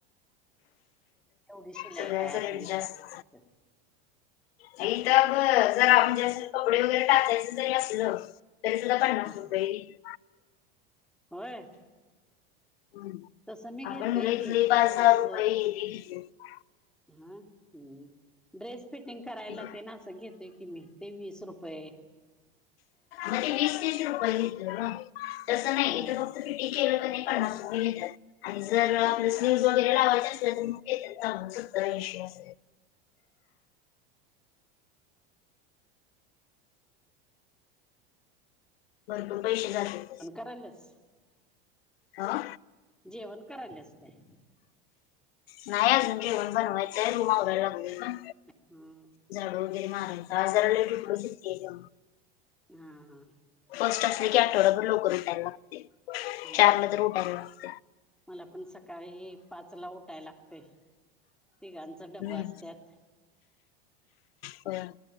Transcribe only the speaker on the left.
सगळ्यांचा
रेट
जास्त हाय. थ ब जरा <inaudible> म्हजे अस कपडे वगैरे टाकायचे तरी असलं तरी सुद्धा पन्नास
रुपये घेतात.
हम्म.
आपण मुलं इथले
पाच दहा
रुपये ते <unintelligible>
घेतो
मग ते वीस तीस रुपये घेतोना तसं नाही
इथ रो फिटिंग केलं का नाही पन्नास रुपये घेतात. आणि जर स्लीव्हज न्यूज वगैरे लावायचे असल तर मग त्यांचा सत्तार ऐशी अस. भरपूर पैसे जात्यात.
अ
नाय अजून जेवण करायचंय रूम आवरा लागले ग.
झाडं वगैरे मारायचा जरा लेट उठलोय सुट्टी आहे त्यामुळे.
फर्स्ट असल्या की आठवडाभर लवकर लागतंय.
चारला
तर उठायला लागतंय.
हम्म
होय.